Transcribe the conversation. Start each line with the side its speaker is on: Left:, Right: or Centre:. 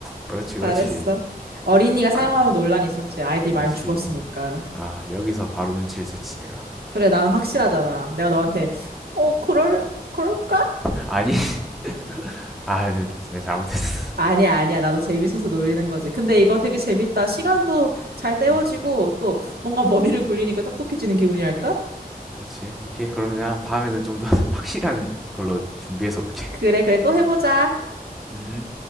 Centre: 그렇지, 그렇지.
Right: 잘했어. 어린이가
Centre: 나는
Right: 사용하면 논란이 있었지. 아이들이
Centre: 그렇지.
Right: 많이 죽었으니까.
Centre: 아, 여기서 바로 눈치를 챘지, 내가.
Right: 그래, 난 확실하잖아. 내가 너한테, 어, 그럴, 그럴까?
Centre: 아니, <laughs> 아, 네, 내가 잘못했어.
Right: 아니야, 아니야. 나도 재밌어서 놀리는 거지. 근데 이거 되게 재밌다. 시간도 잘 때워지고,
Centre: 음,
Right: 또 뭔가 머리를 굴리니까 똑똑해지는 기분이랄까?
Centre: 그렇지. 오케이. 그러면 내가 다음에는 좀 더 <laughs> 확실한 걸로 준비해서 올게.
Right: 그래, 그래. 또 해보자.
Centre: 음.